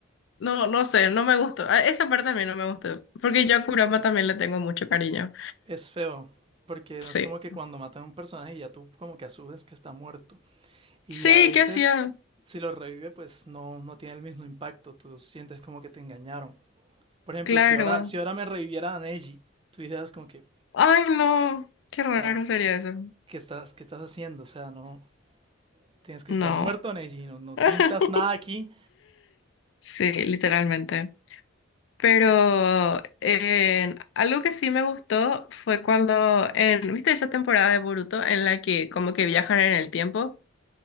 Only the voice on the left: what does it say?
no, no sé, no me gustó. A- Esa parte a mí no me gustó, porque yo a Kurama también le tengo mucho cariño.
Sí.
Sí,
¿qué hacía?
Claro.
Ay, no, qué raro
sería eso.
No.
<laughs>
Sí, literalmente. Pero eh, algo que sí me gustó fue cuando, en, ¿viste esa temporada de Boruto en la que como que viajan en el tiempo